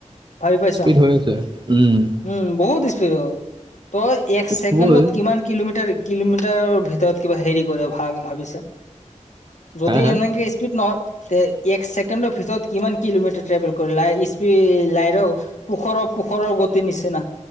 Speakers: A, on the left (about 65°); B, on the right (about 35°).
A: ভাবি পাইছ
B: স্পীড হৈ আছে, উম।
A: উম, বহুত স্পীডত। তই এক
B: স্পীড
A: ছেকেণ্ডত
B: হ'বই
A: কিমান কিলোমিটাৰ কিলোমিটাৰৰ ভিতৰত কিবা হেৰি কৰে ভা-ভাবিছা। যদি
B: হা হা
A: এনেকে স্পীড নহয় তে এক ছে কেণ্ডৰ ভিতৰত কিমান কিলোমিটাৰ ট্ৰেভেল কৰি লাই স্পীড লাই ৰ পোখৰৰ পোখৰৰ গতি নিচিনা।